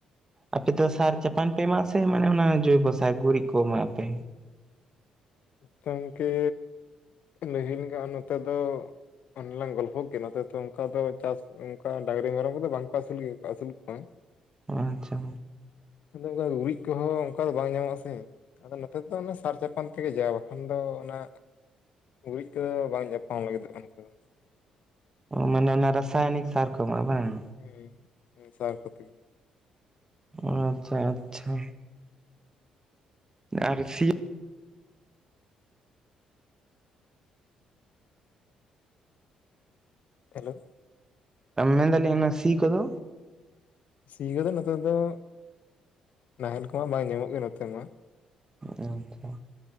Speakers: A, on the right; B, on the left.
A: ᱟᱯᱮ ᱫᱚ ᱥᱟᱨ ᱪᱟᱯᱟᱱ ᱯᱮ ᱮᱢᱟᱜ ᱟᱥᱮ ᱢᱟᱱᱮ ᱚᱱᱟ ᱡᱚᱭᱵᱟᱥᱟᱭ ᱜᱩᱨᱤᱡᱽ ᱠᱚ ᱮᱢᱟᱜ ᱯᱮ᱾
B: ᱜᱚᱝᱠᱮ ᱱᱟᱦᱤᱞᱜᱟ ᱱᱚᱛᱮ ᱫᱚ ᱚᱱᱮ ᱞᱟᱝ ᱜᱚᱞᱯᱦᱚ ᱠᱮᱫ ᱱᱚᱛᱮ ᱫᱚ ᱚᱱᱠᱟ ᱫᱚ ᱪᱟᱥ ᱚᱱᱠᱟ ᱰᱟᱝᱨᱤ ᱢᱮᱨᱚᱢ ᱠᱚᱫᱚ ᱵᱟᱝᱠᱚ ᱟᱹᱥᱩᱞ ᱜᱮ ᱟᱹᱥᱩᱞ ᱠᱚᱣᱟ᱾
A: ᱟᱪᱪᱷᱟ
B: ᱚᱱᱠᱟ ᱫᱚ ᱜᱩᱨᱤᱡ ᱠᱚᱦᱚᱸ ᱚᱱᱠᱟ ᱫᱚ ᱵᱟᱝ ᱧᱟᱢᱚᱜ ᱟᱥᱮ ᱟᱫᱚ ᱱᱚᱛᱮ ᱫᱚ ᱚᱱᱟ ᱥᱟᱨ ᱪᱟᱯᱟᱱ ᱛᱮᱜᱮ ᱡᱟ ᱵᱟᱠᱷᱟᱱ ᱫᱚ ᱚᱱᱟ ᱜᱩᱨᱤᱡᱽ ᱠᱚᱫᱚ ᱵᱟᱝ ᱡᱟᱯᱟᱢ ᱞᱟᱹᱜᱤᱫᱚᱜᱼᱟ ᱱᱚᱛᱮ ᱫᱚ᱾
A: ᱢᱟᱱᱮ ᱚᱱᱟ ᱨᱟᱥᱟᱭᱱᱤᱠ ᱥᱟᱨ ᱠᱚ ᱮᱢᱟᱜ-ᱟ ᱵᱟᱝ᱾
B: ᱦᱮᱸ, ᱦᱮ ᱥᱟᱨ ᱠᱚᱛᱮ ᱜᱮ᱾
A: ᱟᱪᱪᱷᱟ-ᱟᱪᱪᱷᱟ᱾ ᱟᱨ ᱥᱤ
B: ᱦᱮᱞᱳ
A: ᱢᱮᱱ ᱫᱟᱞᱤᱧ ᱚᱱᱟ ᱥᱤ ᱠᱚᱫᱚ,
B: ᱥᱤ ᱠᱚᱫᱚ ᱱᱚᱛᱮ ᱫᱚ ᱱᱟᱦᱮᱞ ᱠᱚᱢᱟ ᱵᱟᱭ ᱧᱟᱢᱚᱜ ᱜᱮᱭᱟ ᱱᱚᱛᱮ ᱢᱟ᱾
A: ᱟᱪᱪᱷᱟ᱾